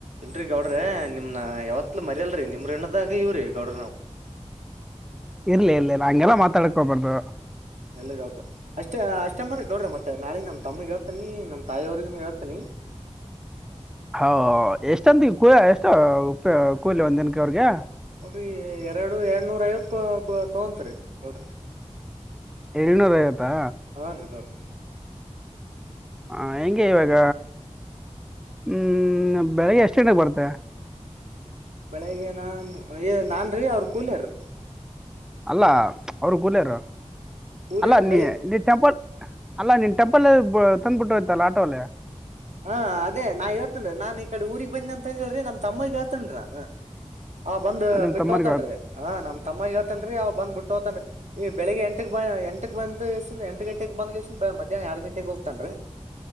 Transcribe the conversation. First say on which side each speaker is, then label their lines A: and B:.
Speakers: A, on the right; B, in the centre.
A: ಇಲ್ರಿ ಗೌಡ್ರೆ ನಿಮ್ನ ಯಾವತ್ಲು ಮರಿಯಲ್ರಿ ನಿಮ್ ಋಣದಾಗೆ ಇವ್ರಿ ಗೌಡ್ರ ನಾವು
B: ಇರ್ಲಿ ಇರ್ಲಿ ನಾ ಹಂಗೆಲ್ಲ ಮಾತ್ ಕಾಲಿಕ್ಕೊಬಾರ್ದು
A: ಎಲ್ಲಿ ಗೌಡ್ರೆ ಅಷ್ಟೇ ಅಷ್ಟೇ ಮಂದಿ ಗೌಡ್ರೆ ಮತ್ತೆ ನಾಳಿಗ್ ನಮ್ ತಮ್ಮಿಗ್ ಹೇಳ್ತಿನ್ <unintelligible> ನಮ್ ತಾಯಿಯವ್ರಿಗುನೂ ಹೇಳ್ತನಿ
B: ಹೌ ಎಷ್ಟಂತೀಗ್ <unintelligible> ಕೂಲಿ ಒಂದಿನಕ್ಕ ಅವ್ರಿಗೆ
A: ಅಭಿ ಎರಡು ಏಳ್ನೂರ್ ಐವತ್ ತಗೋಂತಾರ್ ರೀ ಗೌಡ್ರೆ
B: ಏಳ್ನೂರ ಐವತ್ತು
A: ಹಾನ್ ರೀ ಗೌಡ್ರ
B: ಹ ಹೆಗೆ ಇವಾಗ ಹ್ಮ ಬೆಳಿಗ್ಗೆ ಎಷ್ಟ ಗಂಟೆಗೆ ಬರುತ್ತೆ
A: ಬೆಳಿಗ್ ನಾನ್ ಏ ನಾನರೀ ಅವ್ರ ಕೂಲಿಯರೀ
B: ಅಲ್ಲ ಅವರು ಕೂಲಿಯವರು
A: ಕೂಲಿಯರ್
B: ಅಲ್ಲ ನೀ
A: ಬೆಳೆ
B: ನೀ ಟೆಂಪಲ್ ಅಲ್ಲಾ ನೀನ್ ಟೆಂಪಲ್ ತಂದ್ಬಿಟ್ಟೋಯ್ತಲ್ಲ ಆಟೋಲೆ
A: ಹಾ ಅದೇ ನಾ ಹೇಳ್ತೇನಿ ನಾನ್ ಈ ಕಡೆ ಊರಿಗೆ ಬಂದಿ ಅಂತ ಅಂದ ಹೇಳ್ರಿ ನಮ್ ತಮ್ಮಗ್ ಹೇಳ್ತೇನ್ ನಾನು ಆ ಬಂದ್
B: ನಿಮ್
A: ಬಿಟ್ಟು
B: ತಮ್ಮರಿಗೆ
A: ಹೋತನ್ರಿ ಆ ನಮ ತಮ್ಮಗ ಹೇಳ್ತಾನೆರೀ ಅವ್ ಬಂದ್ ಬಿಟ್ಟ ತಕೊಂತಾನ್ರಿ ಈ ಬೆಳಿಗ್ ಎಂಟಕ್ ಎಂಟಕ್ ಬಂದ ಎ ಎಂಟ ಗಂಟೆಗೆಗ್ ಬಂದ ಎಷ್ಟನ್ ಮಧ್ಯಾಹ್ನ ಎರಡು ಗಂಟೆಗೆಗ್ ಹೋಗ್ತನೆರಿ